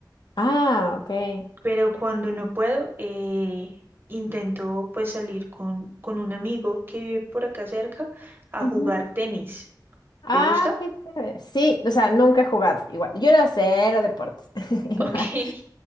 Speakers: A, on the left; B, on the right.
A: Ah, ok.
B: pero cuando no puedo, eh, intento pues salir con, con un amigo que vive por acá cerca a
A: Ujú.
B: jugar tenis.
A: Ah,
B: ¿Te gusta?
A: qué chévere. Sí, o sea, nunca he jugado igual. Yo era cero deportes. <laughs> Igual.
B: Ok.